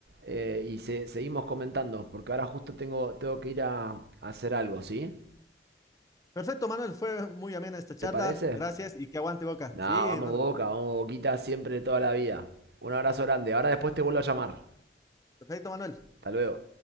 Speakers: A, on the right; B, on the left.
A: Eh, y se- seguimos comentando, porque ahora justo tengo, tengo que ir a, a hacer algo, ¿sí?
B: Perfecto, Manuel, fue muy amena esta charla,
A: ¿Te parece?
B: gracias y que aguante Boca.
A: Nah,
B: Sí,
A: vamos
B: hermano.
A: Boca, vamos Boquita siempre toda la vida. Un abrazo grande. Ahora después te vuelvo a llamar.
B: Perfecto, Manuel.
A: Hasta luego.